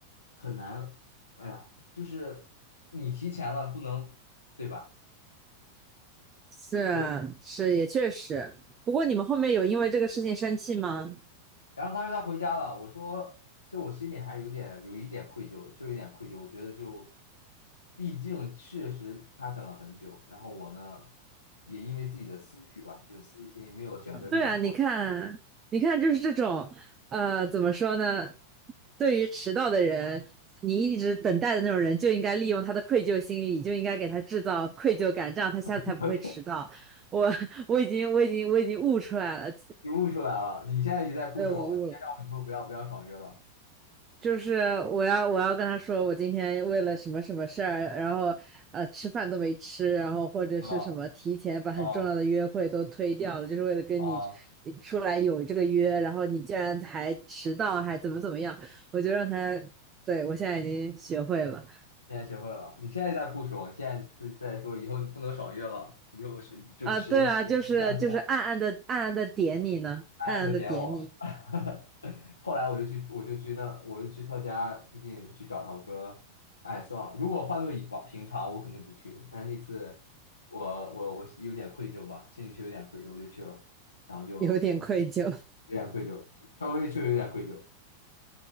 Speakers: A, on the left (about 75°); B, on the right (about 25°).
A: 很难，哎呀，就是你提前了不能，对吧？
B: 是是，
A: 我
B: 也确实。不过你们后面有因为这个事情生气吗？
A: 然后他说他回家了，我说就我心里还有点有一点愧疚，就有点愧疚。我觉得就，毕竟确实他等了很久，然后我呢也因为自己的私欲吧，就私心没有选择立马过去，
B: 对啊，你看，你看，就是这种，呃，怎么说呢？对于迟到的人，你一直等待的那种人，就应该利用他的愧疚心理，就应该给他制造愧疚感，这样他下次才不会迟到。
A: <laughs>
B: 我 <laughs> 我已经我已经我已经悟出来了，
A: 你悟出来了。你现在也在
B: <laughs>
A: push
B: 对，我悟了。
A: 我，你现在让我以后不要不要爽约了，
B: 就是我要我要跟他说，我今天为了什么什么事儿，然后呃吃饭都没吃，然后或者是什么提前把很重要的约会都推掉了，
A: 啊啊
B: 就是为了跟你
A: 啊！
B: 出来有这个约，然后你竟然还迟到，还怎么怎么样，我就让他，对，我现在已经学会了
A: 现在学会了。你现在在 push 我，你现在在在说以后你不能爽约了，以后是准时准时上线。
B: 啊，对啊，就是就是暗暗的暗暗的点你呢，
A: 暗暗的点我。
B: 暗暗的点你，
A: <laughs> 后来我就去，我就去那，我就去他家附近去找他。我说，哎，算了，如果换做以往平常，我肯定不去。但那次我，我我有点愧疚吧，心里是有点愧疚，我就去了，然后就
B: 有点愧疚。
A: 有点愧疚，稍微确实有点愧疚，